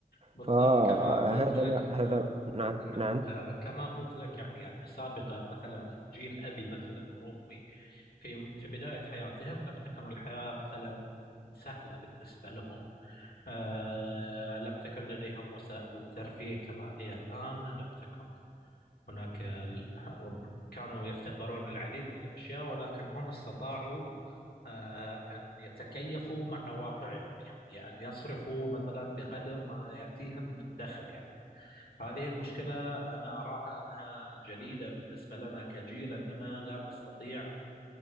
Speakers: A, on the left; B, on the right.
A: بالضبط
B: فهذا
A: كما قلت لك
B: ما هذا
A: أنا
B: نعم
A: نعم.
B: نعم
A: آه، كما قلت لك يعني أن سابقا مثلا جيل أبي مثلا وأمي في في بداية حياتهم لم تكن الحياة مثلا سهلة بالنسبة لهم آه لم تكن لديهم وسائل الترفيه كما هي الآن لم تكن هناك ال- كانوا يفتقرون العديد من الأشياء ولكن هم استطاعوا آه، أن يتكيفوا مع واقعهم يعني أن يصرفوا مثلا بقدر ما يأتيهم من دخل يعني هذه المشكلة أنا أراها أنها جديدة بالنسبة لنا كجيل أننا لا نستطيع